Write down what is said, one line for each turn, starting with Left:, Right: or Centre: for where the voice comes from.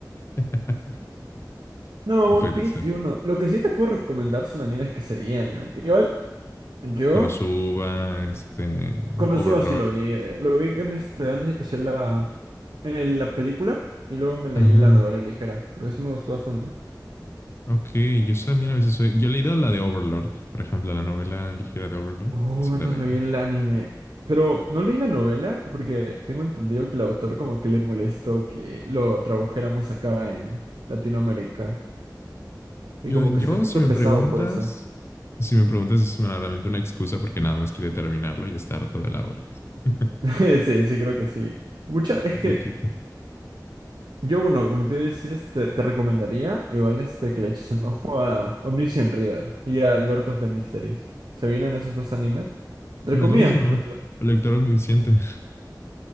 Left: <laughs>
Right: No,
Left: No
Right: One
Left: puede
Right: Piece
Left: ser.
Right: y uno. Lo que sí te puedo recomendar son animes que se vienen. Igual, yo
Left: Konosuba, este,
Right: Con Konosuba
Left: Overlord.
Right: sí lo vi. eh, Lo vi en este, antes de que sea la, en la película y luego me leí
Left: Ah,
Right: la novela ligera, porque sí me gustó bastante.
Left: ok. Yo también a veces soy. Yo he leído la de Overlord, por ejemplo, la novela ligera de Overlord.
Right: Oh,
Left: Sí,
Right: verdad,
Left: la he leído.
Right: me vi el anime. Pero no leí la novela porque tengo entendido que el autor como que le molestó que lo tradujéramos acá en Latinoamérica. Y
Left: Yo,
Right: como
Left: yo,
Right: que se puso
Left: si me
Right: pesado
Left: preguntas,
Right: por eso.
Left: si me preguntas, es una- realmente una excusa porque nada más quiere terminarlo y está harto de la obra. <laughs>
Right: <laughs> Sí, sí, creo que sí. Mucha, es
Left: Un
Right: que
Left: poquito.
Right: Yo, bueno, como te iba a decir, este, te recomendaría igual este que le eches un ojo a Omniscient Reader y a Lord of the Mysteries. ¿Se vienen esos dos animes? Entre
Left: No
Right: comillas,
Left: es lo mismo.
Right: porque la-
Left: O lector omnisciente.